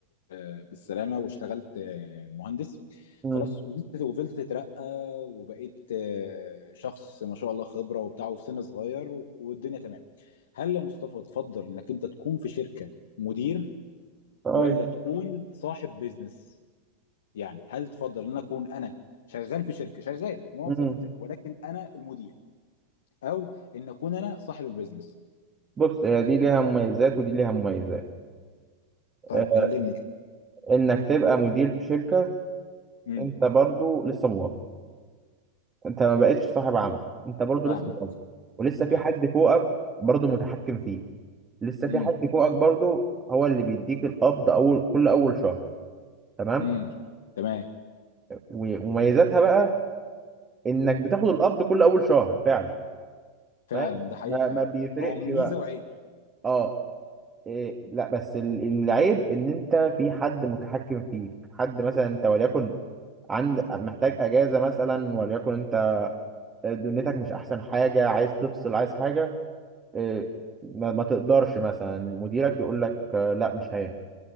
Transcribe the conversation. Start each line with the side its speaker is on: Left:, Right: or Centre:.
Left: آه، بالسلامة واشتغلت آه، مهندس
Right: امم
Left: خلاص وفضلت وفضلت تترقى وبقيت آه، شخص ما شاء الله خبرة وبتاع وفي سن صغير والدنيا تمام هل يا مصطفى تفضل إنك أنت تكون في شركة مدير
Right: طيب
Left: ولا تكون صاحب بيزنس؟ يعني هل تفضل ان اكون انا شغال في شركه شغال موظف
Right: مم.
Left: في شركه ولكن انا المدير او ان اكون انا صاحب البيزنس
Right: بص هي دي ليها مميزات ودي ليها مميزات
Left: طيب
Right: آه،
Left: كلمني
Right: انك تبقى مدير في شركة
Left: امم
Right: انت برضو لسه موظف انت ما بقتش صاحب عمل انت برضو
Left: فاهمك
Right: لسه موظف ولسه في
Left: فاهم
Right: حد فوقك برضو متحكم فيه لسه
Left: امم
Right: في حد فوقك برضو هو اللي بيديك القبض اول كل اول شهر تمام
Left: امم تمام
Right: ومميزاتها بقى انك بتاخد القبض كل اول شهر فعلا
Left: فعلا
Right: فاهم
Left: ده حقيقه
Right: ما,
Left: فعلا
Right: ما بيفرقش
Left: هو ميزه
Right: بقى
Left: وعيب
Right: اه إيه لا بس ال- العيب ان انت في حد متحكم فيك حد مثلا انت وليكن عند محتاج اجازه مثلا وليكن انت دنيتك مش احسن حاجه عايز تفصل عايز حاجه إيه، ما, ما تقدرش مثلا مديرك يقول لك آه، لا مش هينفع